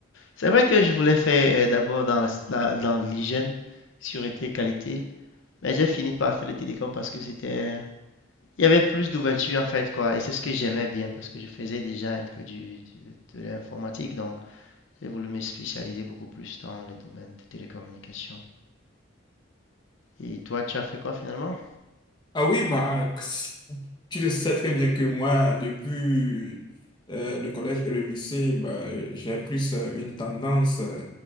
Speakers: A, on the left (about 70°); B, on the left (about 20°).
A: c'est vrai que je voulais faire euh, d'abord dans la, la- dans l'hygiène, sûreté, qualité. Mais j'ai fini par faire le télécom parce que c'était... Il y avait plus d'ouverture en fait, quoi. Et c'est ce que j'aimais bien parce que je faisais déjà un peu du, du- de l'informatique. Donc, j'ai voulu me spécialiser beaucoup plus dans les domaines de télécommunications. Et toi, tu as fait quoi finalement?
B: Ah oui, bah, tu le sais très bien que moi, depuis euh, le collège et le lycée, bah, j'ai plus euh, une tendance euh,